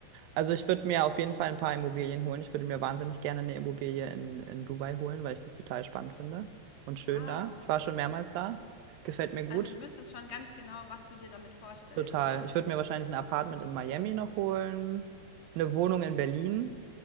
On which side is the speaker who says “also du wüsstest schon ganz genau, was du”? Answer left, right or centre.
Left